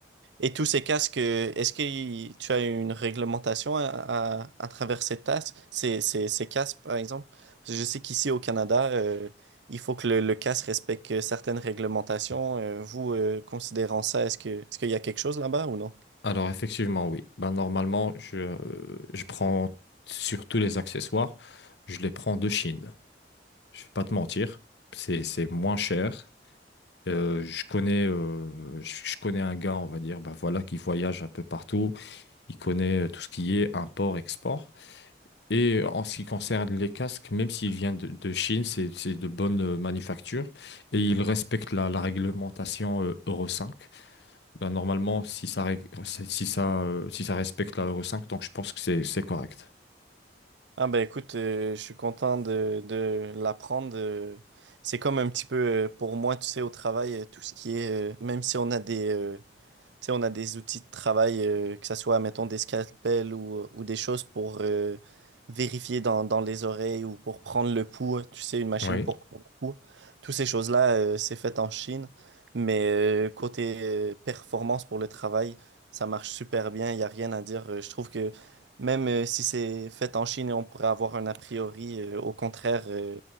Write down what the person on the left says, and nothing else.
Alors, effectivement, oui. Ben, normalement, je, euh, je prends sur tous les accessoires, je les prends de Chine. Je vais pas te mentir, c'est, c'est moins cher. Euh, je connais, euh, je je connais un gars, on va dire, ben voilà, qui voyage un peu partout. Il connaît euh, tout ce qui est import-export. Et en ce qui concerne les casques, même s'ils viennent de, de Chine, c'est, c'est de bonne euh, manufacture et ils respectent la, la réglementation euh, Euro 5. Ben, normalement, si ça, ré- si ça, euh, si ça respecte la Euro 5, donc je pense que c'est, c'est correct.
Oui.